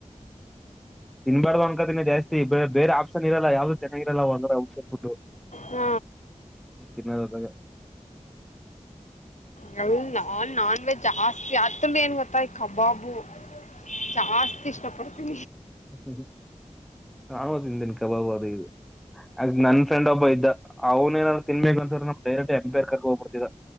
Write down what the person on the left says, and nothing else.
ಹ್ಮ
ಹ್ಮ ನನ್ ನಾನ್ವೆಜ್ ಜಾಸ್ತಿ ಅತ್ರಲ್ಲಿ ಏನ್ ಗೊತ್ತಾ ಈ ಕಬಾಬು ಜಾಸ್ತಿ ಇಷ್ಟಪಡ್ <inaudible>